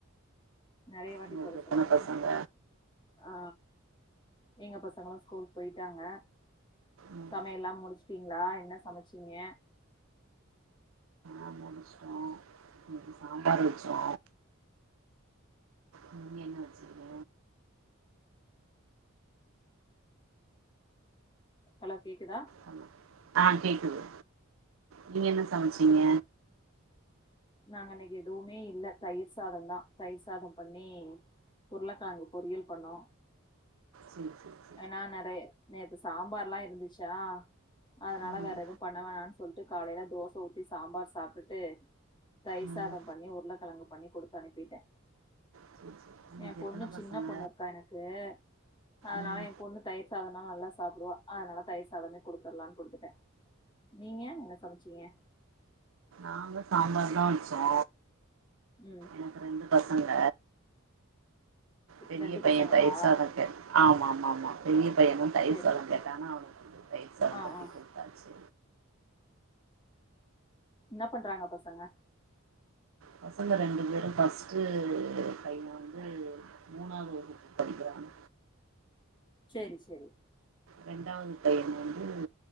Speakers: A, on the left (about 20°); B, on the right (about 70°).
A: நெறைய வாட்டி
B: உங்களுக்கு
A: தோழி
B: எத்தன
A: சொல்லாதீங்க
B: பசங்க
A: ஆ எங்க பசங்களு ஸ்கூல் போயிட்டாங்க
B: ம்
A: சமையல்லா முடிச்சுடீங்ளா என்ன சமச்சீங்க
B: ஆ முடிச்டோ இன்னிக்கு சாம்பார் வெச்சோ நீங்க என்ன வெச்சிங்க
A: ஹலோ கேக்குதா
B: அ ஆ கேக்குது நீங்க என்ன சமச்சீங்க
A: நாங்க இன்னைக்கு எதுவுமே இல்ல தயிர் சாதம் தா தயிர் சாத பண்ணி உருளக்கெழங்கு பொரியல் பண்ணோ
B: சே சே
A: ஏன்னா நெறை நேத்து சாம்பார்ல்லா இருந்துச்சா அதனால
B: ம்
A: வேற எதுவு பண்ண வேணான் சொல்ட்டு காலையில தோச ஊத்தி சாம்பார் சாப்டுட்டு தயிர்
B: ம்
A: சாத பண்ணி உருளக்கெழங்கு பண்ணி கொடுத்து அனுப்பிட்டே
B: சேரி சேரி உங்களுக்கு
A: எ பொண்ணு
B: எத்தன பசங்க
A: சின்ன பொண்ணு இருக்கா எனக்கு அதனால
B: ம்
A: என் பொண்ணு தயிர் சாதனாலு நல்லா சாப்டுவா அதனால தயிர் சாதமே குடுத்தட்லானு குடுத்துட்டே நீங்க என்ன சமச்சீங்க
B: நாங்க சாம்பார் தா வெச்சோ
A: ம்
B: எனக்கு ரெண்டு பசங்க பெரிய
A: ரெண்டு பசங்களா
B: பைய தயர்சாத கே ஆமா ஆமா ஆமா பெரிய பையனு தயிர்
A: சரி
B: சாத கேட்டானா அவனுக்கு
A: ஆ அ
B: தாச்சு
A: என்ன பண்றாங்க பசங்க
B: பசங்க ரெண்டு பேரு ஃபர்ஸ்ட்டு பைய வந்து மூணாவது வகுப்பு படிக்குறான்
A: சேரி சேரி
B: ரெண்டாவது பையன் வந்து